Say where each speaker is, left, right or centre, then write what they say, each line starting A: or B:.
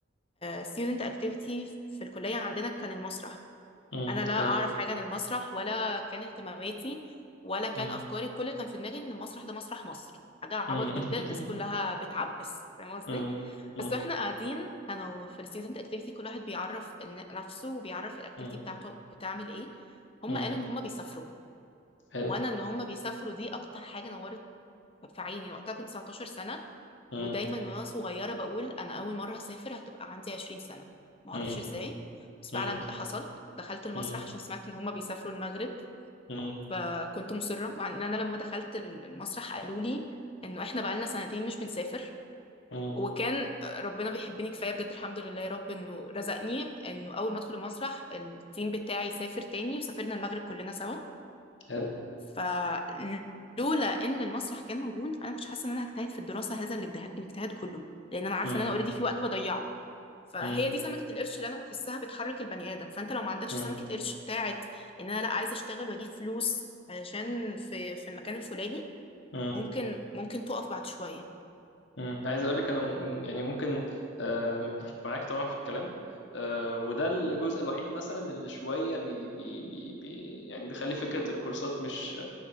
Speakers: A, on the left; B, on the left.
A: ستودنت اكتيفيتي في الكليه عندنا كان المسرح
B: مم.
A: انا لا اعرف
B: حلو
A: حاجه عن المسرح ولا كان اهتماماتي ولا كان
B: مم.
A: افكاري كل اللي كان في دماغي ان المسرح ده مسرح مصر حاجه عبط
B: مم.
A: جدا
B: <laughs>
A: الناس كلها بتعبس فاهم قصدي
B: مم. مم.
A: بس واحنا قاعدين كانوا في الستودنت اكتيفيتي كل واحد بيعرف إن- نفسه وبيعرف الاكتيفيتي
B: مم.
A: بتاعته بتعمل ايه هم
B: مم.
A: قالوا ان هم بيسافروا
B: حلو
A: وانا ان هم بيسافروا دي اكتر حاجه نورت في عيني وقتها كنت 19 سنه
B: مم.
A: ودايما من وانا صغيره بقول انا اول مره هسافر هتبقى عندي 20 سنه معرفش
B: مم.
A: ازاي بس فعلا
B: مم.
A: ده حصل دخلت المسرح
B: مم.
A: عشان سمعت ان هما بيسافروا المغرب
B: مم.
A: فكنت مصره مع ان انا لما دخلت المسرح قالوا لي انه احنا بقالنا سنتين مش بنسافر
B: مم.
A: وكان ربنا بيحبني كفايه بجد الحمد لله يا رب انه رزقني انه اول ما ادخل المسرح التيم بتاعي سافر تاني وسافرنا المغرب كلنا سوا
B: حلو
A: فلولا ان المسرح كان موجود انا كنت حاسه ان انا هجتهد في الدراسه هذا الاجتهاد الاجتهاد كله لان انا عارفه
B: مم.
A: ان انا اوريدي في وقت بضيعه فهي
B: مم.
A: دي سمكه القرش اللي انا بحسها بتحرك البني ادم فانت لو ما عندكش
B: مم.
A: سمكه قرش بتاعت ان انا لا عايزه اشتغل واجيب فلوس عشان في في المكان الفلاني
B: مم.
A: ممكن ممكن تقف بعد شويه
B: مم. عايز اقول لك انا م- يعني ممكن آه، متفق معاك طبعا في الكلام آه، وده الجزء الوحيد مثلا اللي شويه بي بي بي بي- يعني بيخلي فكره الكورسات مش